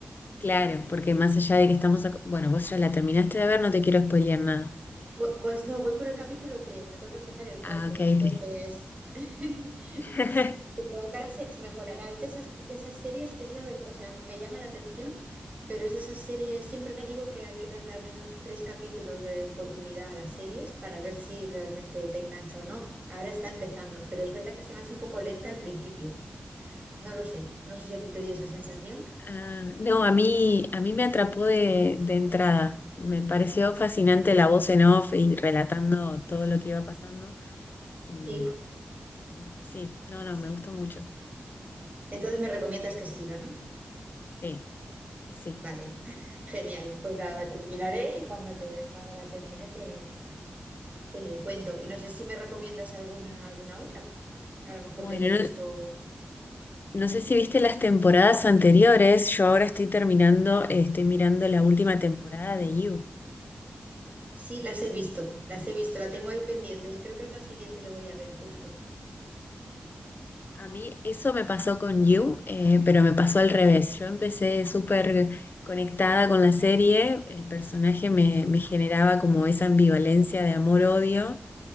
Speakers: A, on the left; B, on the right.
A: Claro, porque más allá de que estamos... ac- Bueno, vos ya la terminaste de ver, no te quiero spoilear nada.
B: Bu- Pues no, voy por el capítulo 3, me toca empezar el cuatro.
A: Ah, ok,
B: entonces
A: ok.
B: <laughs>
A: <laughs>
B: supongo que ahora se, se mejorará. Es de esas, de esas series, es la verdad, o sea, me llama la atención, pero es de esas series, siempre le digo que hay que darle al menos tres capítulos de oportunidad a las series para ver si realmente te engancha o no. Ahora está empezando, pero es verdad que se me ha hecho un poco lenta al principio. No lo sé, no sé si a ti te dio esa sensación.
A: Ah, no, a mí, a mí me atrapó de, de entrada. Me pareció fascinante la voz en off y relatando todo lo que iba pasando. Y,
B: Sí.
A: y sí, no, no,
B: Sí.
A: me gustó mucho.
B: Entonces me recomiendas que siga, ¿no?
A: Sí, sí.
B: Vale, <laughs> genial. Pues nada, la terminaré y cuando, te, cuando la termine te, te cuento. Y no sé si me recomiendas alguna, alguna otra. A lo mejor
A: Bueno,
B: que hayas
A: no,
B: visto.
A: no sé si viste las temporadas anteriores. Yo ahora estoy terminando, eh, estoy mirando la última temporada de You.
B: Sí, las he visto, las he visto, la tengo ahí pendientes. Creo que es la siguiente que voy a ver, justo.
A: A mí eso me pasó con You, eh, pero me pasó al revés. Yo empecé súper conectada con la serie, el personaje me, me generaba como esa ambivalencia de amor-odio.